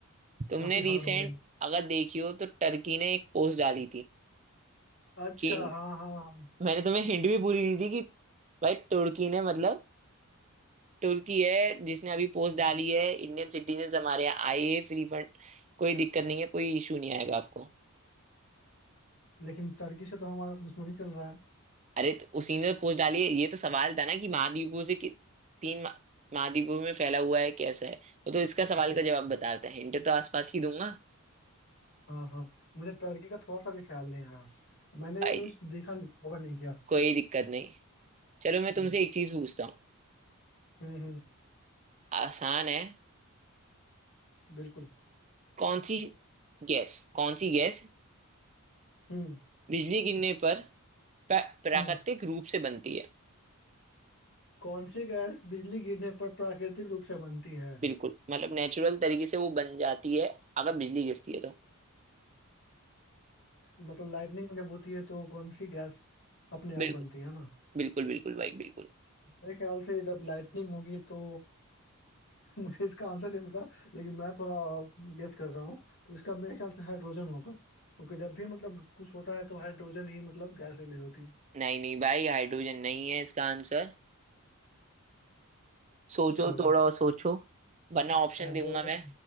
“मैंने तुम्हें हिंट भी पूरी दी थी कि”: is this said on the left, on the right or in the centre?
Right